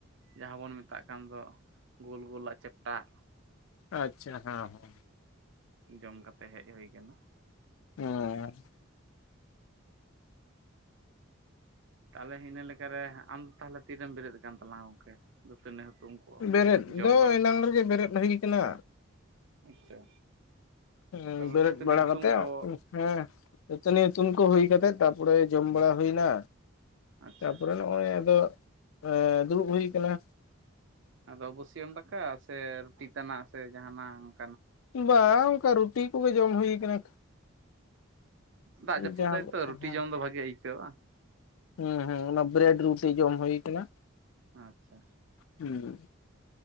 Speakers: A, on the right; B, on the left.
A: ᱡᱟᱦᱟᱸ ᱵᱚᱱ ᱢᱮᱛᱟᱜ ᱠᱟᱱ ᱫᱚ ᱜᱳᱞ ᱜᱳᱞᱟᱜ ᱪᱮᱯᱴᱟ ᱟᱜ
B: ᱟᱪᱪᱷᱟ ᱦᱮᱸ ᱦᱮᱸ
A: ᱡᱚᱢ ᱠᱟᱛᱮ ᱦᱮᱡ ᱦᱩᱭ ᱟᱠᱟᱱᱟ
B: ᱦᱮᱸ
A: ᱛᱟᱦᱚᱞᱮ ᱤᱱᱟᱹ ᱞᱮᱠᱟᱨᱮ ᱦᱟᱸᱜ ᱟᱢ ᱛᱟᱦᱚᱞᱮ ᱛᱤᱨᱮᱢ ᱵᱮᱨᱮᱫ ᱠᱟᱱ ᱛᱟᱞᱟᱝ ᱟ ᱜᱚᱢᱠᱮ ᱫᱟᱹᱛᱟᱹᱱᱤ ᱦᱩᱛᱩᱢ ᱠᱚ
B: ᱵᱮᱨᱮᱫ
A: ᱡᱚᱢ
B: ᱫᱚ
A: ᱵᱟᱲᱟ
B: ᱮᱱᱟᱝ
A: ᱠᱚ
B: ᱨᱮᱜᱮ ᱵᱮᱨᱮᱫ ᱦᱩᱭ ᱠᱟᱱᱟ᱾
A: ᱟᱪᱪᱷᱟ
B: ᱦᱚᱸ
A: ᱛᱟᱯᱚᱨ
B: ᱵᱮᱨᱮᱫ
A: ᱫᱟᱹᱛᱟᱹᱱᱤ
B: ᱵᱟᱲᱟ
A: ᱦᱩᱛᱩᱢ
B: ᱠᱟᱛᱮᱜ
A: ᱠᱚ
B: <inaudible> ᱦᱮᱸ ᱫᱟᱹᱛᱟᱹᱱᱤ ᱦᱩᱛᱩᱢ ᱠᱚ ᱦᱩᱭ ᱠᱟᱛᱮ ᱛᱟᱨ ᱯᱚᱨᱮ ᱡᱚᱢ ᱵᱟᱲᱟ ᱦᱩᱭ ᱱᱟ
A: ᱟᱪᱪᱷᱟ
B: ᱛᱟ ᱯᱚᱨᱮ ᱱᱚᱜᱼᱚᱭ ᱟᱫᱚ ᱮᱸ ᱫᱩᱲᱩᱵ ᱦᱩᱭ ᱠᱟᱱᱟ᱾
A: ᱟᱫᱚ ᱵᱟᱹᱥᱤᱭᱟᱹᱢ ᱫᱟᱠᱟ ᱥᱮ ᱨᱩᱴᱤ ᱛᱟᱱᱟᱜ ᱥᱮ ᱡᱟᱸᱦᱟᱱᱟᱝ
B: ᱵᱟᱝ ᱚᱱᱠᱟ ᱨᱩᱴᱤ ᱠᱚᱜᱮ ᱡᱚᱢ ᱦᱩᱭ ᱠᱟᱱᱟ᱾
A: ᱫᱟᱜ ᱡᱟᱹᱯᱩᱫ
B: ᱡᱟᱦᱟᱸ
A: ᱫᱟᱭ ᱛᱚ
B: ᱦᱮᱸ
A: ᱨᱩᱴᱤ ᱡᱚᱢ ᱫᱚ ᱵᱷᱟᱜᱤ ᱟᱹᱭᱠᱟᱹᱜ-ᱟ ᱵᱟᱝ?
B: ᱦᱮᱸ ᱦᱩᱸ ᱚᱱᱟ ᱵᱨᱮᱰ ᱨᱩᱴᱤ ᱡᱚᱢ ᱦᱩᱭ ᱠᱟᱱᱟ
A: ᱟᱪᱪᱷᱟ
B: ᱦᱩᱸ